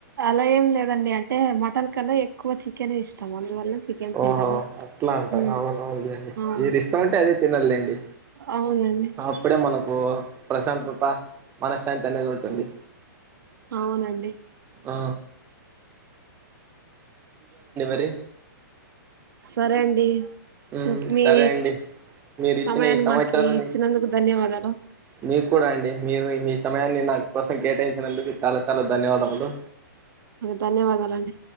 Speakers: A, on the right; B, on the right.
A: అలా ఏం లేదండి అంటే మటన్ కన్నా ఎక్కువ చికెన్ ఇష్టాం అందువల్ల చికెన్ తింటాము
B: ఓహో అట్లా అంటారు
A: ఉమ్,
B: అవునవునులేండి
A: అవును
B: ఏది ఇష్టం అంటే అదే తినదులేండి
A: అవునండి
B: అప్పుడే మనకు ప్రశాంతత మనశ్శాంతి అనేది ఉంటుంది
A: అవునండి
B: అ ఏ
A: సరే అండి
B: ఉమ్
A: మీ
B: సరే అండి మీరు ఇచ్చిన
A: సమయాన్ని
B: ఈ సమాచారాన్ని
A: మాకి ఇచ్చినందుకు ధన్యవాదాలు ధా
B: మీకు కూడా అండి మీరు మీ సమయాన్ని నా కోసం కేటాయిినందుకు చాలా చాలా ధన్యవాదములు
A: ధన్యవాదాలండి